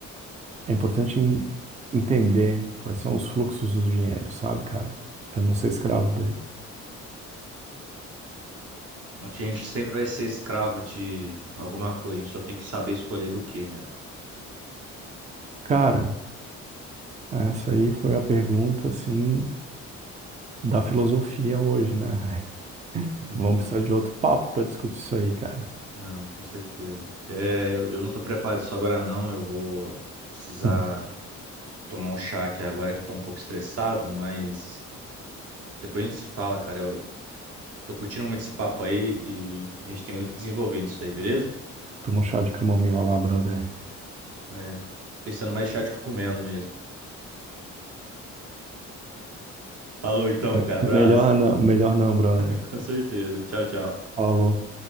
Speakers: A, on the right; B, on the right.
A: é importante en- entender quais são os fluxos do dinheiro, sabe, cara? Pra não ser escravo dele.
B: A gente sempre vai ser escravo de alguma coisa, a gente só tem que saber escolher do que, né?
A: Cara, essa aí foi a pergunta, assim, da filosofia hoje, né? <laughs>
B: Uhum.
A: Vamos precisar de outro papo pra discutir isso aí, cara.
B: Não, com certeza. É, eu, eu não tô preparado isso agora não, eu vou precisar
A: <laughs>
B: tomar um chá aqui agora que eu tô um pouco estressado, mas depois a gente se fala, cara. Eu tô curtindo muito esse papo aí e a gente tem muito que desenvolver nisso aí, beleza?
A: Toma um chá de camomila lá, brother.
B: É, pensando mais chá de cogumelo mesmo. Falou então,
A: Me-
B: cara, abraço.
A: melhor não, melhor não, brother.
B: <laughs> Com certeza. Tchau, tchau.
A: Falou.